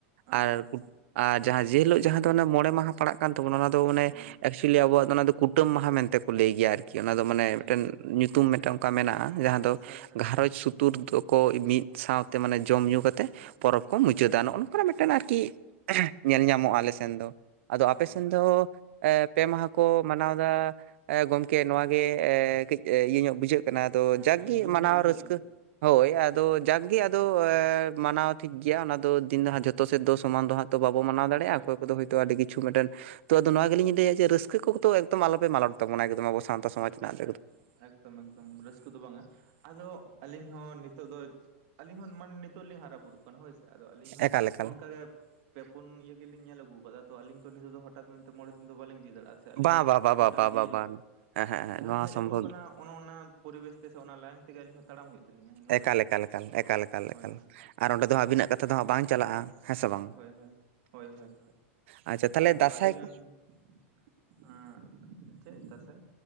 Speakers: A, on the right; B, on the right.
A: ᱟᱪᱪᱷᱟ
B: ᱟᱨ
A: ᱟᱪᱪᱷᱟ
B: ᱠᱩ ᱟᱨ ᱡᱟᱦᱟᱸ ᱡᱮ ᱦᱤᱞᱳᱜ ᱡᱟᱦᱟᱸ ᱫᱚ ᱚᱱᱮ ᱢᱚᱬᱮ ᱢᱟᱦᱟ ᱯᱟᱲᱟᱜ ᱠᱟᱱ ᱛᱟᱵᱚᱱᱟ ᱚᱱᱟ ᱫᱚ ᱢᱟᱱᱮ
A: ᱦᱳᱭ
B: ᱮᱠ ᱪᱩᱭᱮᱞᱤ ᱟᱵᱚᱣᱟᱜ ᱫᱚ ᱚᱱᱟ ᱫᱚ ᱠᱩᱴᱟᱹᱢ ᱢᱟᱦᱟ ᱢᱮᱱᱛᱮ ᱠᱚ ᱞᱟᱹᱭ ᱜᱮᱭᱟ ᱟᱨᱠᱤ, ᱚᱱᱟ ᱫᱚ ᱢᱟᱱᱮ
A: ᱟᱪᱪᱷᱟ
B: ᱢᱤᱫᱴᱮᱱ
A: ᱟᱪᱪᱷᱟ
B: ᱧᱩᱛᱩᱢ ᱢᱤᱫᱴᱟᱝ ᱚᱱᱠᱟ ᱢᱮᱱᱟᱜ-ᱟ ᱾ ᱡᱟᱦᱟᱸ ᱫᱚ
A: ᱦᱳᱭ ᱦᱳᱭ
B: ᱜᱷᱟᱨᱚᱸᱡᱽ
A: ᱦᱳᱭ
B: ᱥᱩᱛᱩᱨ ᱫᱚᱠᱚ ᱢᱤᱫ ᱥᱟᱶ ᱛᱮ ᱢᱟᱱᱮ ᱡᱚᱢ ᱧᱩ ᱠᱟᱛᱮᱫ ᱯᱚᱨᱚᱵᱽ ᱠᱚ ᱢᱩᱪᱟᱹᱫᱟ ᱱᱚᱜ-ᱚ ᱱᱚᱝᱠᱟᱱᱟᱜ ᱢᱤᱫᱴᱮᱱ ᱟᱨᱠᱤ ᱧᱮᱞ
A: ᱟᱪᱪᱷᱟ
B: ᱧᱟᱢᱚᱜ-ᱟ
A: ᱟᱪᱪᱷᱟ
B: ᱟᱞᱮ ᱥᱮᱱ ᱫᱚ, ᱟᱫᱚ
A: ᱦᱳᱭ
B: ᱟᱯᱮ ᱥᱮᱱ
A: ᱦᱳᱭ
B: ᱫᱚ ᱮ ᱯᱮ ᱢᱟᱦᱟ
A: ᱦᱳᱭ
B: ᱠᱚ ᱢᱟᱱᱟᱣ ᱮᱫᱟ, ᱮ ᱜᱚᱢᱠᱮ ᱱᱚᱣᱟ ᱜᱮ ᱮ ᱠᱟᱹᱡ ᱤᱭᱟᱹ ᱧᱚᱜ ᱵᱩᱡᱷᱟᱹᱜ ᱠᱟᱱᱟ ᱾ ᱟᱫᱚ
A: ᱦᱮᱸ
B: ᱡᱟᱠ
A: ᱦᱮᱸ
B: ᱜᱮ
A: ᱫᱩᱠ
B: ᱢᱟᱱᱟᱣ
A: ᱧᱚᱜ ᱵᱩᱡᱷᱟᱹᱜ
B: ᱨᱟᱹᱥᱠᱟᱹ
A: ᱠᱟᱱᱟ
B: <inaudible> ᱦᱳᱭ ᱟᱫᱚ ᱡᱟᱠ ᱜᱮ ᱟᱫᱚ ᱢᱟᱱᱟᱣ ᱴᱷᱤᱠ ᱜᱮᱭᱟ ᱚᱱᱟ ᱫᱚ ᱫᱤᱱ ᱫᱚ ᱦᱟᱸᱜ ᱡᱷᱚᱛᱚ ᱥᱮᱫ ᱫᱚ ᱥᱚᱢᱟᱱ ᱫᱚ ᱦᱟᱸᱜ ᱛᱚ ᱵᱟᱵᱚ ᱢᱟᱱᱟ
A: ᱦᱳᱭ
B: ᱫᱟᱲᱮᱭᱟᱜ-ᱟ᱾ ᱚᱠᱚᱭ
A: ᱦᱳᱭ
B: ᱠᱚᱫᱚ ᱦᱚᱭᱛᱳ
A: ᱦᱳᱭ
B: ᱟᱹᱰᱤ ᱠᱤ ᱪᱷᱩ ᱢᱤᱫᱴᱮᱱ ᱛᱳ ᱟᱫᱚ ᱱᱚᱣᱟ ᱜᱮᱞᱤᱧ ᱞᱟᱹᱭᱟ ᱡᱮ ᱨᱟᱹᱥᱠᱟᱹ ᱠᱚᱫᱚ ᱮᱠᱫᱚᱢ ᱟᱞᱚ ᱯᱮ ᱢᱟᱞᱚᱴ ᱛᱟᱵᱚᱱᱟ ᱮᱠᱫᱚᱢ ᱟᱵᱚ <unintelligible>
A: ᱦᱳᱭ
B: ᱥᱚᱢᱟᱡᱽ
A: ᱦᱳᱭ
B: ᱨᱮᱱᱟᱜ
A: ᱮᱠ
B: <unintelligible>
A: ᱮᱠᱫᱚᱢ ᱮᱠᱫᱚᱢ ᱨᱟᱹᱥᱠᱟᱹ ᱫᱚ ᱵᱟᱝᱟ, ᱟᱫᱚ ᱟᱹᱞᱤᱧ ᱦᱚᱸ ᱱᱤᱛᱚᱜ ᱫᱚ ᱟᱹᱞᱤᱧ ᱦᱚᱸ ᱢᱟᱱᱮ ᱱᱤᱛᱚᱜ ᱞᱤᱧ ᱦᱟᱨᱟ ᱵᱩᱨᱩᱜ ᱠᱟᱱᱟ ᱦᱳᱭ ᱥᱮ᱾ ᱟᱫᱚ ᱟᱹᱞᱤᱧ ᱦᱚᱸ
B: ᱮᱠᱟᱞ ᱮᱠᱟᱞ
A: ᱚᱱᱠᱟ ᱜᱮ ᱯᱮ ᱯᱩᱱ ᱤᱭᱟᱹ ᱜᱮᱞᱤᱧ ᱧᱮᱞ ᱟᱹᱜᱩ ᱟᱠᱟᱫᱟ ᱾ ᱛᱚ ᱟᱹᱞᱤᱧ ᱛᱚ ᱱᱤᱛᱚᱜ ᱫᱚ ᱦᱚᱴᱟᱛ ᱢᱮᱱᱛᱮ ᱢᱚᱬᱮ ᱫᱤᱱ ᱫᱚ ᱵᱟᱞᱤᱧ ᱤᱫᱤ ᱫᱟᱲᱮᱭᱟᱜ-ᱟ ᱥᱮ ᱟᱹᱞᱤᱧ
B: ᱵᱟ
A: ᱦᱚᱸ
B: ᱵᱟ ᱵᱟ
A: ᱴᱳᱴᱟᱞ
B: ᱵᱟ ᱵᱟ ᱵᱟ
A: ᱤᱭᱟᱹ ᱫᱚ
B: ᱵᱟᱝ ᱦᱮᱸ ᱦᱮᱸ ᱦᱮᱸ
A: ᱡᱟᱦᱟᱸ
B: ᱱᱚᱣᱟ
A: ᱦᱮᱡ
B: ᱥᱚᱢᱵᱷᱚᱵ
A: ᱟᱹᱜᱩ ᱟᱠᱟᱱᱟ ᱚᱱᱟ ᱚᱱᱟ ᱯᱚᱨᱤᱵᱮᱥ ᱛᱮ ᱥᱮ ᱚᱱᱟ ᱞᱟᱭᱤᱱ ᱛᱮᱜᱮ ᱟᱹᱞᱤᱧ ᱦᱚᱸ ᱛᱟᱲᱟᱢ ᱦᱩᱭᱩᱜ ᱛᱟᱹᱞᱤᱧᱟ ᱱᱚᱰᱮ
B: ᱮᱠᱟᱞ
A: ᱫᱚ
B: ᱮᱠᱟᱞ ᱮᱠᱟᱞ ᱮᱠᱟᱞ ᱮᱠᱟᱞ
A: ᱦᱳᱭ
B: ᱮᱠᱟᱞ
A: ᱦᱳᱭ
B: ᱟᱨ ᱚᱸᱰᱮ ᱫᱚ ᱦᱟᱸᱜ ᱟᱹᱵᱤᱱᱟᱜ ᱠᱟᱛᱷᱟ ᱫᱚ ᱦᱟᱸᱜ ᱵᱟᱝ ᱪᱟᱞᱟᱜ-ᱟ ᱦᱮᱸ ᱥᱮ ᱵᱟᱝ᱾
A: ᱦᱩᱸ, ᱦᱳᱭ ᱦᱳᱭ ᱦᱳᱭ ᱾
B: ᱟᱪᱪᱷᱟ ᱛᱟᱦᱚᱞᱮ
A: <inaudible> ᱟᱫᱚ
B: ᱫᱟᱸᱥᱟᱭ
A: ᱟᱹᱰᱤ ᱜᱟᱱ
B: ᱠᱚ
A: <inaudible> ᱟᱸᱻ ᱪᱮᱫ ᱫᱟᱸᱥᱟᱭ?